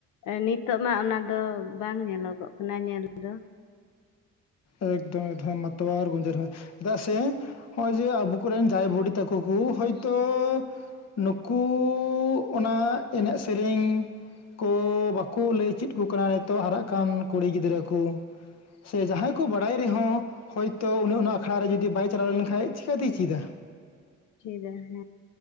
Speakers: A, on the left; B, on the left.
A: ᱱᱤᱛᱚᱜ ᱢᱟ ᱚᱱᱟᱫᱚ ᱵᱟᱝ ᱧᱮᱞᱚᱜᱚᱜ ᱠᱟᱱᱟ ᱧᱮᱞ ᱫᱚ
B: ᱮᱠᱫᱚᱢ ᱮᱠᱫᱷᱚᱢ ᱢᱟᱛᱚᱣᱟᱨ ᱜᱩᱧᱡᱟᱹᱨ ᱦᱚᱸ ᱪᱮᱫᱟᱜ ᱥᱮ, ᱚᱭ ᱡᱮ ᱟᱵᱩ ᱠᱩᱨᱮᱱ ᱫᱟᱭ ᱵᱩᱰᱤ ᱛᱟᱠᱩ ᱠᱩ ᱦᱚᱭᱛᱚ ᱱᱩᱠᱩ ᱚᱱᱟ ᱮᱱᱮᱡ ᱥᱤᱨᱤᱧ ᱠᱩ ᱵᱟᱠᱩ ᱞᱟᱹᱭ ᱪᱮᱫ ᱠᱩ ᱠᱟᱱ ᱱᱤᱛᱚᱜ ᱦᱟᱨᱟᱜ ᱠᱟᱱ ᱠᱩᱲᱤ ᱜᱤᱫᱽᱨᱟᱹ ᱠᱩ᱾ ᱥᱮ ᱡᱟᱦᱟᱸᱭ ᱠ ᱠᱩ ᱵᱟᱲᱟᱭ ᱨᱮᱦᱚᱸ ᱦᱚᱭᱛᱚ ᱩᱱᱤ ᱚᱱᱟ ᱟᱠᱷᱲᱟ ᱨᱮ ᱡᱩᱫᱤ ᱵᱟᱭ ᱪᱟᱞᱟᱣ ᱞᱮᱱᱠᱷᱟᱡ ᱪᱤᱠᱟᱹᱛᱮᱭ ᱪᱤᱫᱟ?
A: ᱪᱤᱫᱟᱭ ᱦᱟᱸ